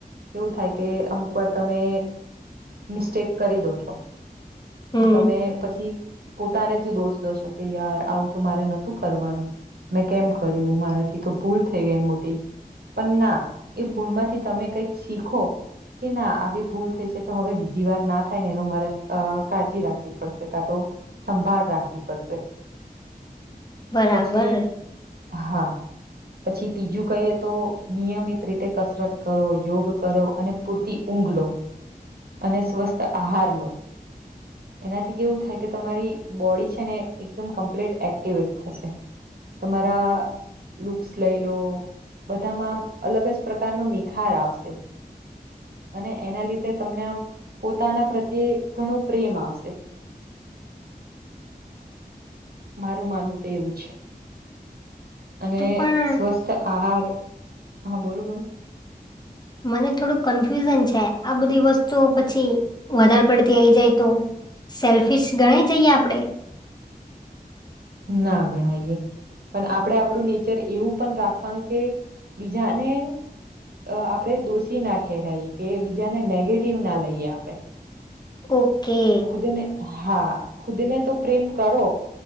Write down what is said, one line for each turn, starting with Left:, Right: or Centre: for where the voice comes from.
Right: કેવું થાય કે અમુક વાર તમે મિસ્ટેક કરી દો છો
Left: હમ,
Right: પણ તમે પછી પોતાને જ દોષ દોશે કે યાર આવું તો મારે નતું કરવાનું મેં કેમ કર્યું મારાથી તો ભૂલ થઈ ગઈ મોટી પણ ના એ ભૂલમાંથી તમે કઈક શીખો કે ના આવી ભૂલ થઈ છે તો હવે બીજી વાર ના થાય ને એનું મારે કાળજી રાખવી પડશે કા તો સંભાળ રાખવી પડશે
Left: બરાબર
Right: પછી હા પછી તીજું કહીએ તો નિયમિત રીતે કસરત કરો યોગ કરો અને પૂરતી ઊંઘ- -લો અને સ્વસ્થ આહાર લો એનાથી કેવું થાય કે તમારી બોડી છે ને એકદમ કમ્પ્લીટ એક્ટિવેટ થશે તમારા લુક્સ લઈ લો બધામાં આમ અલગ જ પ્રકારનો નિખાર આવશે અને એના લીધે તમને આમ પોતાના પ્રત્યે ઘણું પ્રેમ આવશે <inaudible> મારું માનવું તો એવું છે અને
Left: તો પણ
Right: સ્વસ્થ આહાર હા બોલો બોલો
Left: મને થોડું કન્ફ્યુઝન છે આ બધી વસ્તુઓ પછી વધારે પડતી આઈ જાય તો સેલ્ફિશ ગણ જઈએ આપણે
Right: <inaudible> ના ગણાયએ પણ આપણે આપણું નેચર એવું પણ રાખવાનું કે બીજાને અ આપણે દોષી ના ઠેરાઈએ કે બીજાને નેગેટિવ ના લઈએ આપણે
Left: ઓકે
Right: ખુદને હા ખુદ ને તો પ્રેમ કરો